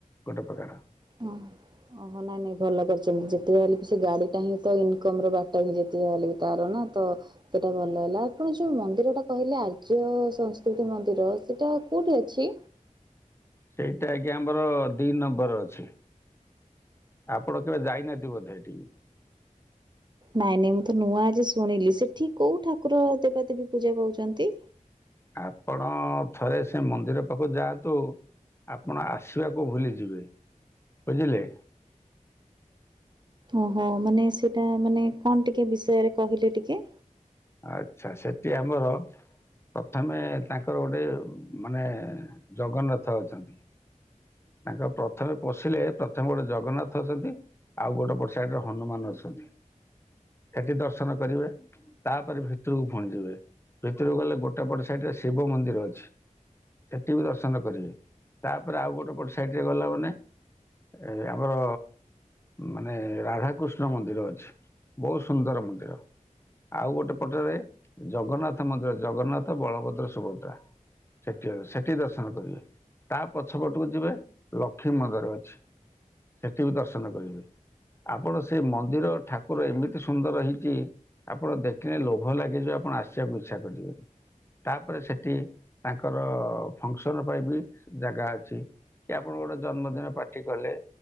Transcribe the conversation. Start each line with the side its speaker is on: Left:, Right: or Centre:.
Left: ଗୋଟେ ପ୍ରକାର
Right: ହଁ। ଓହୋ ନାଇଁ ନାଇଁ ଭଲ କରିଛନ୍ତି ଯେତେ ଯା ହେଲେ ବି ସେ ଗାଡ଼ିଟା ହିଁ ତ ଇନକମର ବାଟ ହିଁ ଯେତେ ଯା ହେଲେ ତାର ନା ତ ସେଇଟା ଭଲ ହେଲା। ଆପଣ ଯୋଉ ମନ୍ଦିରଟା କହିଲେ ଆର୍ଯ୍ୟ ସଂସ୍କୃତି ମନ୍ଦିର ସେଇଟା କୋଉଠି ଅଛି?
Left: ସେଇଟା ଆଜ୍ଞା ଆମର ଦି ନମ୍ବର ଅଛି। ଆପଣ କେବେ ଯାଇନାହାନ୍ତି ବୋଧେ ଏଠିକି।
Right: ନାଇଁ ନାଇଁ ମୁଁ ତ ନୂଆ ଆଜି ଶୁଣିଲି। ସେଠି କୋଉ ଠାକୁର ଦେବାଦେବୀ ପୂଜା ପାଉଛନ୍ତି?
Left: ଆପଣ ଥରେ ସେ ମନ୍ଦିର ପାଖକୁ ଯାଆନ୍ତୁ। ଆପଣ ଆସିବାକୁ ଭୁଲି ଯିବେ ବୁଝିଲେ।
Right: ଓହୋ ମାନେ ସେଇଟା ମାନେ କଣ ଟିକେ ବିଷୟରେ କହିଲେ ଟିକେ।
Left: ଆଛା ସେଠି ଆମର ପ୍ରଥମେ ତାଙ୍କର ଗୋଟେ ମାନେ ଜଗନ୍ନାଥ ଅଛନ୍ତି। ତାଙ୍କ ପ୍ରଥମେ ପଶିଲେ ପ୍ରଥମେ ଗୋଟେ ଜଗନ୍ନାଥ ଅଛନ୍ତି। ଆଉ ଗୋଟେ ପଟ ସାଇଡରେ ହନୁମାନ ଅଛନ୍ତି ସେଠି ଦର୍ଶନ କରିବେ। ତାପରେ ଭିତରକୁ ପୁଣି ଯିବେ ଭିତରକୁ ଗଲେ ଗୋଟେ ପଟେ ସାଇଟରେ ଶିବ ମନ୍ଦିର ଅଛି। ସେଠି ବି ଦର୍ଶନ କରିବେ ତାପରେ ଆଉ ଗୋଟେ ପଟେ ସାଇଡ ରେ ଗଲା ମାନେ ଏ ଆମର ମାନେ ରାଧାକୃଷ୍ଣ ମନ୍ଦିର ଅଛି। ବହୁତ ସୁନ୍ଦର ମନ୍ଦିର। ଆଉ ଗୋଟେ ପଟରେ ଜଗନ୍ନାଥ ମନ୍ଦିର ଜଗନ୍ନାଥ ବଳଭଦ୍ର ସୁଭଦ୍ରା। ସେଠି ସେଠି ଦର୍ଶନ କରିବେ ତା ପଛପଟକୁ ଯିବେ ଲକ୍ଷ୍ମୀ ମନ୍ଦିର ଅଛି ସେଠି ବି ଦର୍ଶନ କରିବେ। ଆପଣ ସେ ମନ୍ଦିର ଠାକୁର ଏମିତି ସୁନ୍ଦର ହେଇଛି ଆପଣ ଦେଖିଲେ ଲୋଭ ଲାଗେ ଯିବ ଆପଣ ଆସିବାକୁ ଇଚଛା କରିବେନି। ତାପରେ ସେଠି ତାଙ୍କର ଫଙ୍କସନ୍ ପାଇଁ ବି ଜାଗା ଅଛି। କି ଆପଣ ଗୋଟେ ଜନ୍ମଦିନ ପାର୍ଟି କଲେ।